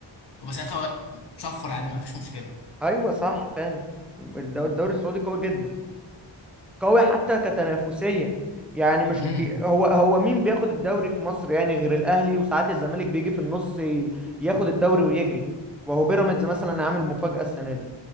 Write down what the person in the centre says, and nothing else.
ايوه صح فعلا الد- الدوري السعودي قوي جدا قوي حتى كتنافسية يعني مش
هو هو مين بياخد الدوري في مصر يعني غير الاهلي وساعات الزمالك بيجي في النص ي- ياخد الدوري ويجري وهو بيراميدز مثلا عامل مفاجأة السنة دي